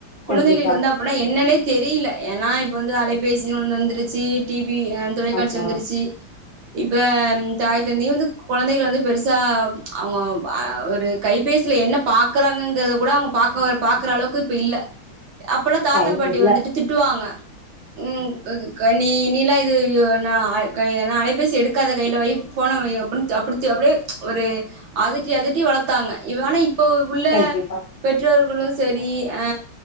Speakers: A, on the right; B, on the left.
A: குழந்தைகளுக்கு
B: கண்டிப்பா
A: வந்து அப்பன்னா என்னன்னே தெரியல ஏன்னா இப்ப வந்து அலைபேசி வந்துருச்சு டிவி தொலைக்காட்சி
B: ஆமா
A: வந்துருச்சு இப்ப தாய் தந்தையும் வந்து குழந்தைகள் வந்து பெருசா அவங்க ஒரு கைபேசியில என்ன பாக்கறாங் ங்கறத கூட அவங்க பாக் பாக்குற அளவுக்கு இப்ப இல்ல அப்பல்லாம் தாத்தா
B: டைம்
A: பாட்டி
B: இல்ல
A: வந்துட்டு திட்டுவாங்க ம் கனி இனிய்ல இது ந <unintelligible> அலைபேசி எடுக்காத கையிலவெய் போன் <unintelligible> அப்படியே ஒரு அதட்டி அதட்டி வளத்தாங்க இவனா இப்ப இப்போ உள்ள
B: கண்டிப்பா
A: பெற்றோர்களும் சரி அ